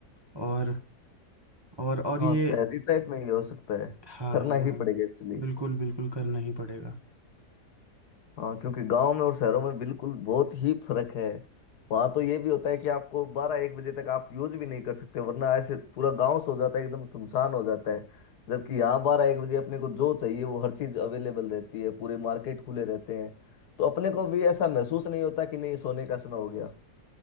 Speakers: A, on the right; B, on the left.
A: और और और
B: हाँ
A: ये
B: शहरी टाइप में ये हो सकता है
A: हाँ
B: करना
A: हाँ हाँ
B: ही पड़ेगा एक्चुअली
A: बिल्कुल बिल्कुल करना ही पड़ेगा
B: हाँ क्योंकि गांव में और शहरों में बिल्कुल बहुत ही फर्क है वहां तो ये भी होता है कि आपको बारह एक बजे तक आप यूज भी नहीं कर सकते वरना ऐसे पूरा गांव सो जाता है एकदम सुनसान हो जाता है जबकि यहाँ बारह एक बजे अपने को जो चाहिए वो हर चीज अवेलेबल रहती है पूरे मार्केट खुले रहते हैं तो अपने को भी ऐसा महसूस नहीं होता कि नहीं सोने का समय हो गया